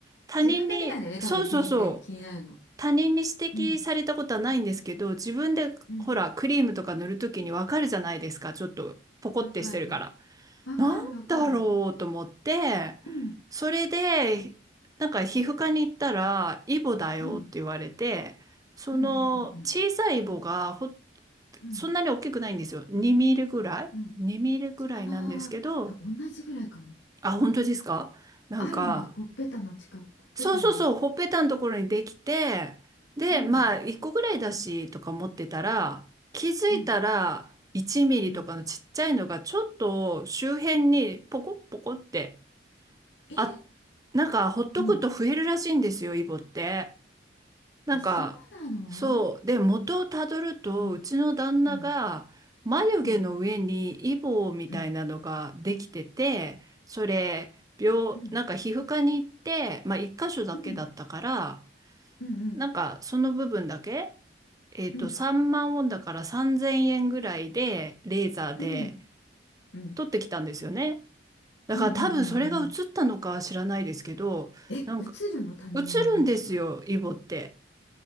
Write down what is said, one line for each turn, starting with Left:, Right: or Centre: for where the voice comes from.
Right: 他人に、
Left: 自分だけなんだよね。多分気に入ってん、
Right: そうそうそう、
Left: 気になるの。
Right: 他人に指摘されたことはないんですけど、
Left: うん、
Right: 自分でほら、
Left: うん。
Right: クリームとか塗るときにわかるじゃないですか、ちょっとポコってしてるから。
Left: わかる。わかる、
Right: なんだろうと思って、
Left: わかる。うん、
Right: それで、なんか皮膚科に行ったら、イボだよって言われて、
Left: うん、
Right: その小さいイボがほ、
Left: うん、うん、うん、うん、うん。
Right: そんなに大きくないんですよ。2ミリぐらい
Left: うん
Right: ?2 ミリぐらいなんですけど、
Left: あーあ、同じぐらいかも。
Right: あ、本当ですかなんか、
Left: あるのよ。ほっぺたの近く、ほっぺたの。
Right: そうそうそう、ほっぺたのところにできて、で、
Left: うん、
Right: まあ、1個ぐらいだし、とか思ってたら、気づいたら、
Left: うん、
Right: 1ミリとかのちっちゃいのが、
Left: うん。
Right: ちょっと周辺にポコッポコって、
Left: え、
Right: あ、なんか、ほっとくと増えるらしいんですよ、
Left: うん。
Right: イボって。なんか、
Left: あ、そうなの
Right: そう。で、元をたどると、
Left: うん、
Right: うちの旦那が、
Left: うん、
Right: 眉毛の上にイボみたいなのができてて、
Left: うん、うん、
Right: それ、病、
Left: うん、
Right: なんか皮膚科に行って、まあ、一箇所だけだったから、
Left: うん、うん、
Right: なんか、その部分だけ、えっと、
Left: うん、うん、
Right: 3万ウォンだから3000円ぐらいで、レーザーで
Left: うん、うん、うん、
Right: 取ってきたんですよね。だから多分それが映ったのかは知らないですけど、
Left: うん、うん。え、映るの他人のやつが。
Right: なんか映るんですよ、イボって。